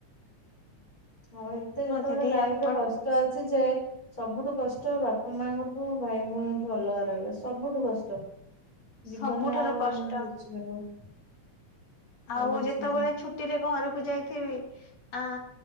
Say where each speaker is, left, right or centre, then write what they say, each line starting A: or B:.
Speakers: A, on the left; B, on the left.
A: ଆଉ ଏତେ ଯେତେବେଳେ
B: ଦିଦି
A: ଲାଇଫରେ
B: ଆପଣ
A: କଷ୍ଟ ଅଛି ଯେ। ସବୁଠୁ କଷ୍ଟ ବାପା ମାଙ୍କଠୁ ଭାଇ ଭଉଣୀଙ୍କଠୁ ଅଲଗା ରହିବା ସବୁଠୁ କଷ୍ଟ। ଜୀବନରେ
B: ସବୁଠାରୁ
A: ଆଉ
B: କଷ୍ଟ
A: ମାନେ କିଛି ବି ନୁହଁ।
B: ଆଉ
A: କିଛି
B: ଯେତେବେଳେ
A: ନାହିଁ।
B: ଛୁଟି ରେ ଘରକୁ ଯାଇଥିବି। ଆ